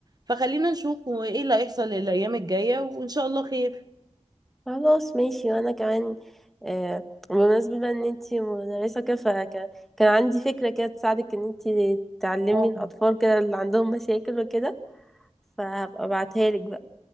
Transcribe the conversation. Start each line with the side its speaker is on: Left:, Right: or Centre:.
Right: فخلينا نشوف هو ايه اللي هيحصل الايام الجاية وان شاء الله خير
Centre: خلاص ماشي وانا كمان آه بمناسبة بقى ان انت مدرسة كده فكان كان عندي فكرة كده تساعدك ان انت تعلمي
Right: اه
Centre: الاطفال كده اللي عندهم مشاكل وكده فهبقى ابعتها لك بقى